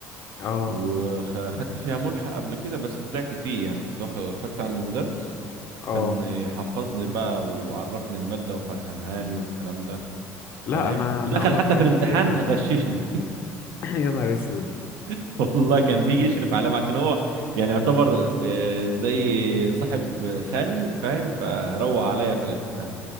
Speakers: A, on the left (about 40°); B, on the right (about 65°).
A: اه
B: وخدت فيها ملحق قبل كده بس طلعت فيه يعني كنت واخد خدت عند مدرس
A: اه
B: كان يحفظني بقى وعرفني المادة وفهمهاني والكلام ده
A: لا
B: فاهم
A: انا
B: ودخل
A: انا عمري
B: حتى
A: ما قعدت
B: في الامتحان
A: فيها
B: غششني
A: <clears throat> يا نهار اسود
B: <laughs> والله كان بيجي يشرف عليا عشان هو يعني يعتبر آه، زي صاحب خالي فاهم فروق عليا في الامتحان